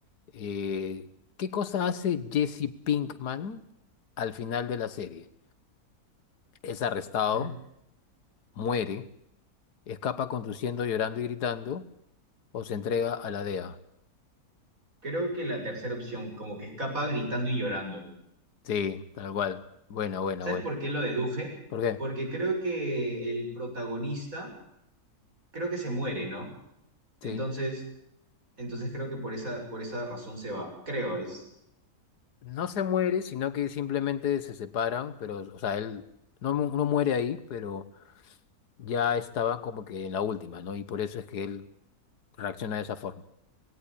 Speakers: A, on the left (about 80°); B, on the right (about 60°).
A: eh, ¿qué cosa hace Jesse Pinkman al final de la serie? es arrestado,
B: Mm,
A: muere, escapa conduciendo, llorando y gritando, o se entrega a la DEA.
B: Creo que la tercera opción, como que escapa gritando y llorando.
A: Sí, tal cual. Buena, buena,
B: ¿Sabes
A: buena.
B: por qué lo deduje?
A: ¿Por qué?
B: Porque creo que el protagonista, creo que se muere, ¿no? Entonces,
A: Sí.
B: entonces creo que por esa, por esa razón se va. Creo, es.
A: No se muere, sino que simplemente se separan, pero, o sea, él no, mu- no muere ahí, pero ya estaba como que en la última, ¿no? Y por eso es que él reacciona de esa forma.